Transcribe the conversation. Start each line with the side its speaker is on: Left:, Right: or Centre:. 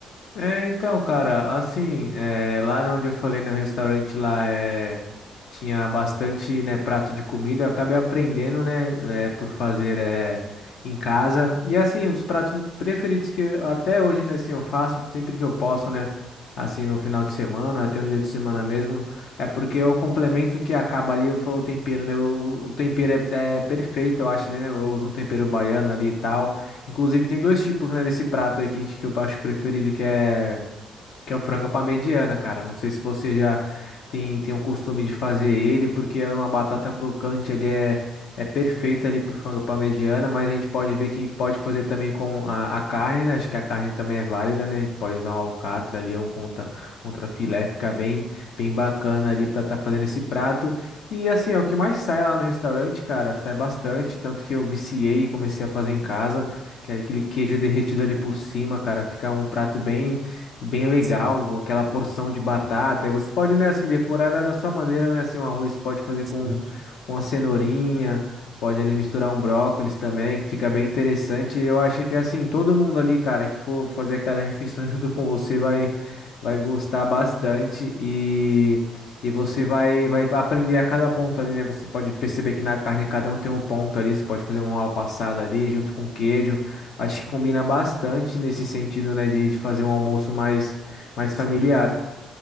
Left: É, então, cara, assim, é, lá onde eu falei no restaurante lá é, tinha bastante, né, prato de comida, eu acabei aprendendo, né, é, por fazer é, em casa. E assim, um dos pratos preferidos que eu- até hoje, né, assim, eu faço sempre que eu posso, né, assim, no final de semana, até um dia de semana mesmo, é porque é o complemento que acaba ali, eu falo o tempero, né, o, o tempero é, é perfeito, eu acho, né, eu uso um tempero baiano ali e tal. Inclusive, tem dois tipos, né, desse prato aí que, a gente- que eu acho preferido, que é que é o frango para mediana, cara. Não sei se você já tem, tem o costume de fazer ele, porque é uma batata crocante, ele é, é perfeito ali pro frango para mediana, mas a gente pode ver que pode fazer também com a, a carne, né? Acho que a carne também é válida, né? A gente pode usar um alcatra ali, um contra, contra filé, fica bem, bem bacana ali para estar fazendo esse prato. E assim, é o que mais sai lá no restaurante, cara, sai bastante, tanto que eu viciei e comecei a fazer em casa, que é aquele queijo derretido ali por cima, cara, fica um prato bem bem legal,
Right: Sim,
Left: aquela porção de batata. E você pode, né, assim, decorar da, da sua maneira, né, assim, um arroz você pode fazer com,
Right: sim,
Left: com a cenourinha, pode ali misturar um brócolis também, que fica bem interessante. Eu acho que, assim, todo mundo ali, cara, que for fazer aquela refeição <laughs> junto com você vai, vai gostar bastante e, e você vai, vai aprender a cada ponto ali, né? Você pode perceber que na carne cada um tem um ponto ali, você pode fazer uma mal passada ali junto com queijo. Acho que combina bastante nesse sentido, né, de, de fazer um almoço mais, mais familiar.
Right: sim.